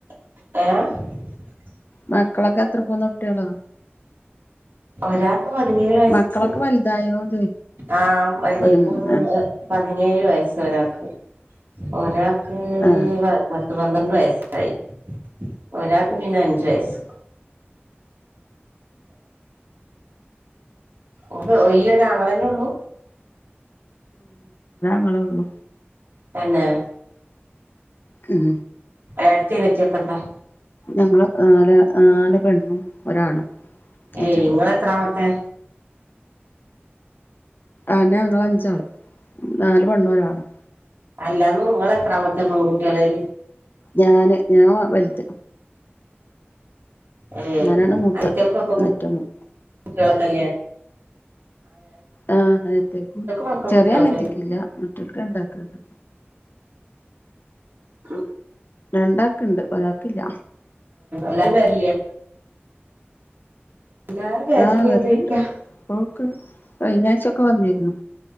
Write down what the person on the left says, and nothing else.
മക്കളൊക്കെ അത്ര പോന്ന കുട്ടികളാ?
മക്കളൊക്കെ വലുതായോന്ന്
പതിമൂന്ന്
ആഹ്
ഉം
ങ്ങളെ ഉള്ളൂ
ഉം
ഞങ്ങള് നാല് നാല് പെണ്ണും ഒരാണും അഞ്ചാള്
അയ്ന്നെ ഞങ്ങള് അഞ്ചാള് നാല് പെണ്ണും ഒരാണും
ഞാന് ഞാൻ വലുത്
ഞാനാണ് മൂത്ത്
ഏറ്റവും
ആഹ് അനിയത്തിയാക്കും
ചെറിയ
അനിയത്തിക്കില്ല മറ്റോൽക്ക് രണ്ടാക്ക് ഉള്ളൂ
രണ്ടാക്ക്ണ്ട് ഒരാക്കില്ല
ആഹ് വരിലണ്ട്
പോക്ക് കഴിഞ്ഞാഴ്ചൊക്കെ വന്നിരുന്നു